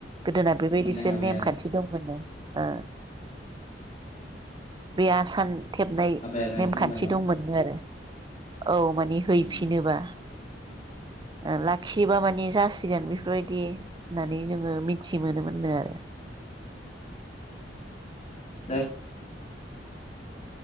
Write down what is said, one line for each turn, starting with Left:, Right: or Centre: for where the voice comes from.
Right: गोदोना बेबायदिसो
Left: माने हाबाया
Right: नेमखान्थि दंमोननो ओ बे आसान थेबनाय
Left: हाबाया जागोन
Right: नेमखान्थि
Left: होनबा न'
Right: दंमोन नो आरो औ मा
Left: उम
Right: फिनोबा ओ लाखियोबा माने जासिगोन बेफोरबायदि होननानै जोङो मिथि मोनोमोन नो आरो
Left: दा